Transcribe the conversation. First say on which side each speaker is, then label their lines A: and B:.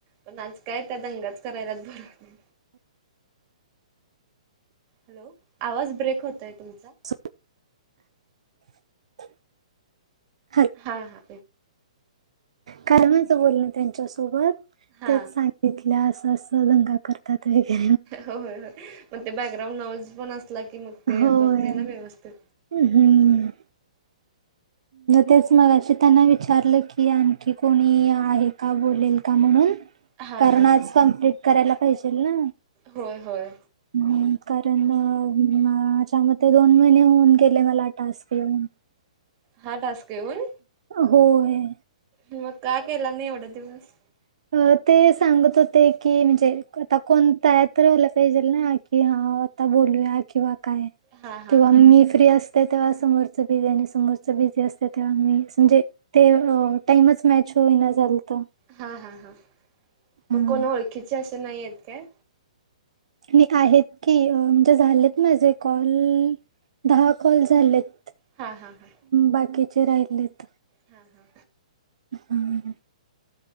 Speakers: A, on the right; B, on the right.
A: पण आज काय त्या दंगाच करायल्यात हॅलो आवाज ब्रेक होतय तुमचा
B: <inaudible>
A: हा हा.
B: कालमांचं बोलण त्यांच्या सोबत
A: हा
B: तेच सांगितल्या असं अस दंगा कर तात वग <unintelligible>
A: हो होय होय मग ते बॅकग्राऊंड नॉवल्स पण असला की मग ते
B: होय
A: होत नाही ना व्यवस्थित
B: हम्म. तेच मग अशी त्यांना विचारलं की आणखी कोणी आहे का बोलेल का म्हणून
A: हा
B: कारण
A: हा
B: आज
A: हा.
B: कम्प्लीट करायला पाहिजेल ना.
A: होय होय
B: ह् कारण माझ्यामध्येते दोन महिने होऊन गेले मला टास्क येऊन
A: हा टास्क येऊन
B: होय.
A: म मग का केला नाही एवढं दिवस
B: अ ते सांगत होते की म्हणजे आता कोणता आहे तर व्हाला पाहिजे ना की हा आता बोलूया किंवा काय
A: हा हा
B: किंवा
A: हा.
B: मी फ्री अस तेव्हा समोरचं बिझी आणि समोरच बिझी असते तेव्हा मी म्हणजे ते टाईमच मॅच होईना झालत
A: हा हा हा
B: आणि
A: मग कोणा ओळखीचे असं नाही आहेत काय?
B: मी आहेत की म्हजे झालेत माझे कॉल दहा कॉल झालेत
A: हा हा हा.
B: बाकीचे राहिलेत
A: हा हा.
B: हम्.